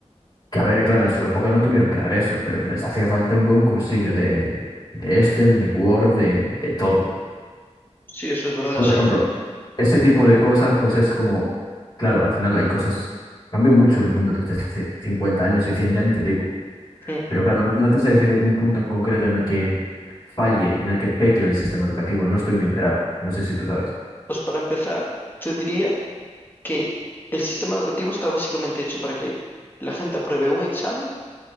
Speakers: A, on the left; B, on the left.
A: que a ver, claro, en su época no tuvieron que dar eso, pero que les hacía falta un buen cursillo de, de Excel, de Word, de, de todo.
B: Sí, eso es verdad,
A: Por
B: sí.
A: ejemplo, este tipo de cosas, pues es como, claro, al final hay cosas, cambió mucho el mundo desde hace 50 años y 100 ya ni te digo,
B: Mm.
A: pero claro, no, no te sé decir algún punto en concreto en el que falle, en el que peque el sistema educativo, no estoy muy enterado, no sé si tú sabes.
B: Pues para empezar, te diría que el sistema educativo está básicamente hecho para que la gente apruebe un examen